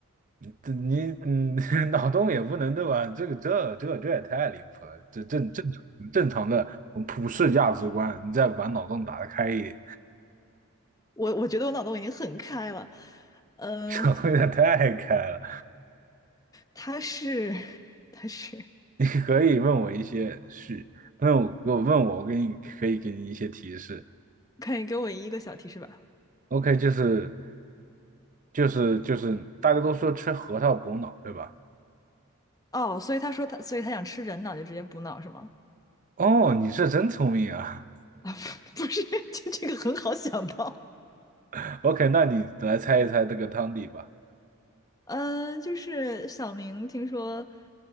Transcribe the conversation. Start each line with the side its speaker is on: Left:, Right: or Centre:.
Right: 这你嗯，<laughs> 脑洞也不能对吧？这个这这这也太离谱了，这正正常正常的普世价值观，你再把脑洞打得开一点，
Left: 我我觉得我脑洞已经很开了。呃，
Right: <laughs> 脑洞有点太开了。
Left: 他是他是，
Right: 你可以问我一些是，问我给我问我，我给你可以给你一些提示。
Left: 可以给我一个小提示吧？
Right: OK，就是就是就是大家都说吃核桃补脑，对吧？
Left: 哦，所以他说他，所以他想吃人脑，就直接补脑是吗？
Right: 哦，你是真聪明啊。
Left: <laughs> 啊，不是，这这个很好想到。
Right: <laughs> OK，那你来猜一猜这个汤底吧。
Left: 嗯，就是小明听说